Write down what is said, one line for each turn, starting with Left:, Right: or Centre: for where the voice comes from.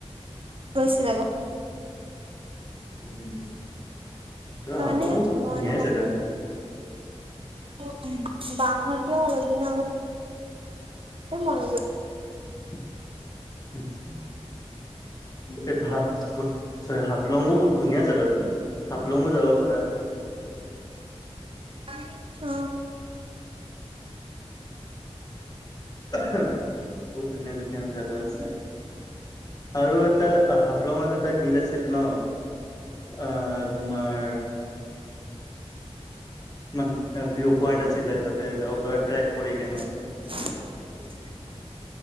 Right: গৈছিলে গম <inaudible>
Left: উম, তো
Right: তাৰমানে
Left: হাফলঙো <unintelligible>
Right: মই
Left: ধুনীয়াই যাগা।
Right: <unintelligible> উম, বা হত যে অলপদিন আগত। এ মইও গৈ।
Left: <unintelligible> এই ভা গো‌ চাগে‌ হাফলং ধুনীয়া জেগা।। অহ হাফলংও যাব পাৰা।
Right: হয় তো।
Left: এহ বহুত ধুনীয়া-ধুনীয়া জাগা আছে। আৰু এটা হাফলংত এটা শিল আছিল ন' অহ।, তোমাৰ। মান ভিউ পইণ্ট আছিলে তাতে যাব পৰা ট্ৰেক। কৰি
Right: আকৌ
Left: কেনে
Right: নামিব লাগে। ভাগ লাগে উঠি।